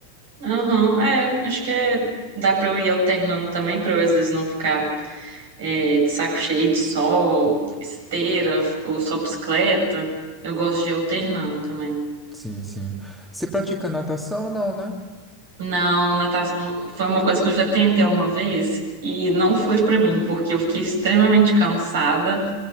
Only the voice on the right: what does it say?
aham, é, acho que é, dá pra eu ir alternando também, pra eu às vezes não ficar é, de saco cheio de sol, esteira ou só bicicleta. Eu gosto de ir alternando também.
Não, natação foi uma coisa que eu já tentei uma vez e não foi pra mim, porque eu fiquei extremamente cansada,